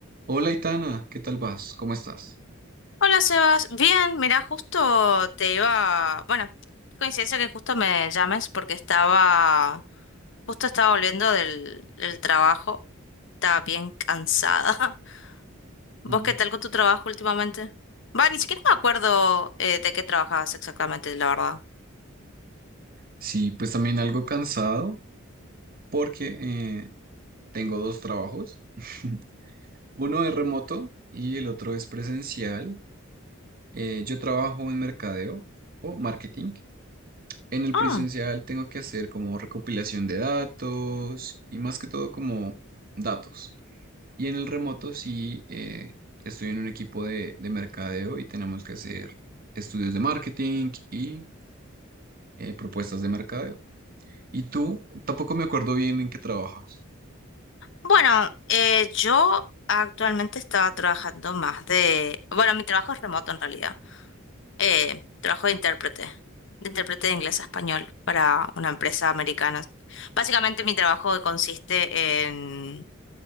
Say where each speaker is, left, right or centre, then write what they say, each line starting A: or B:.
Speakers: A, on the right; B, on the left.
A: Hola, Itana, ¿qué tal vas? ¿Cómo estás?
B: Hola Sebas, bien, mira, justo te iba, bueno, qué coincidencia que justo me llames porque estaba, justo estaba volviendo del, del trabajo, estaba bien cansada. <laughs> ¿Vos
A: Mm,
B: qué tal con tu trabajo últimamente? Va, ni siquiera me acuerdo eh, de qué trabajabas exactamente, la verdad.
A: Sí, pues también algo cansado porque eh, tengo dos trabajos. <laughs> Uno es remoto y el otro es presencial. Eh, yo trabajo en mercadeo o marketing. En el
B: Ah,
A: presencial tengo que hacer como recopilación de datos y más que todo como datos. Y en el remoto sí eh, estoy en un equipo de, de mercadeo y tenemos que hacer estudios de marketing y eh, propuestas de mercadeo. Y tú, tampoco me acuerdo bien en qué trabajas.
B: bueno, eh, yo actualmente estaba trabajando más de, bueno, mi trabajo es remoto en realidad. Eh, trabajo de intérprete, de intérprete de inglés a español para una empresa americana. Básicamente mi trabajo consiste en